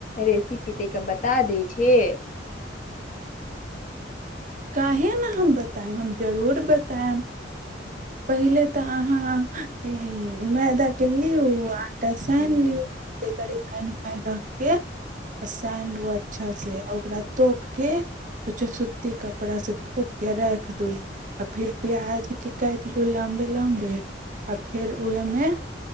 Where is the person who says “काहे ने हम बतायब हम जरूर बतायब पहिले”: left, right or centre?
Right